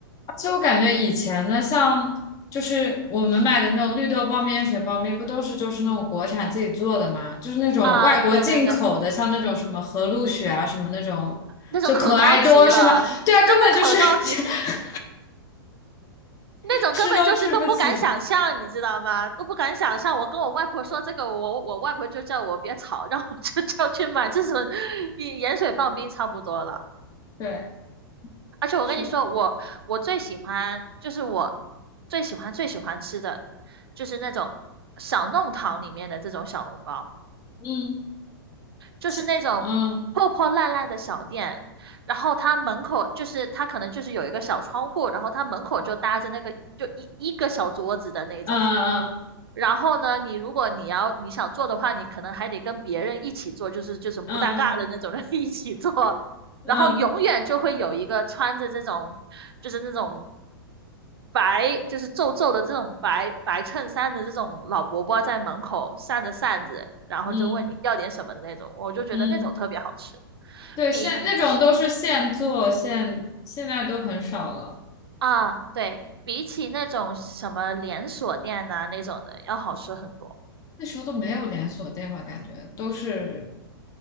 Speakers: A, on the left; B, on the right.
A: 而且我感觉以前呢，像就是我们买的那种绿豆包、面、水包、面，不都是就是那种国产自己做的吗？就是那种外国进口的，
B: 啊，对对对，
A: 像那种什么和路雪啊，什么那种，
B: 那种可高级了，
A: 就可爱多是吧？对啊，
B: 真的可高级，
A: 根本就是 <laughs>
B: 那种根本就是都不敢想象，
A: 吃都吃不起。
B: 你知道吗？都不敢想象。我跟我外婆说这个，我我外婆就叫我别吵，让我就叫去买这种盐盐水棒冰差不多了。
A: 对，
B: 而且我跟你说，
A: 是，
B: 我我最喜欢就是我最喜欢最喜欢吃的就是那种小弄堂里面的这种小笼包，
A: 嗯，
B: 就是那种破破烂烂的小店，
A: 其嗯
B: 然后它门口就是它可能就是有一个小窗户，然后它门口就搭着那个就一一个小桌子的那种。
A: 嗯
B: 然后呢，你如果你要你想做的话，你可能还得跟别人一起做，就是这种不搭嘎的那种人
A: 嗯嗯
B: <laughs> 一起做，
A: 嗯嗯
B: 然后永远就会有一个穿着这种，就是那种白，就是皱皱的这种白白衬衫的这种老伯伯在门口扇着扇子，然后就问你要点什么的那种，
A: 嗯
B: 我就觉得那种特别好吃，
A: 嗯，对，
B: 比你
A: 现那种都是现做现，现在都很少了。
B: 啊，对，比起那种什么连锁店呐、那种的要好吃很多。
A: 那时候都没有连锁店吧，感觉都是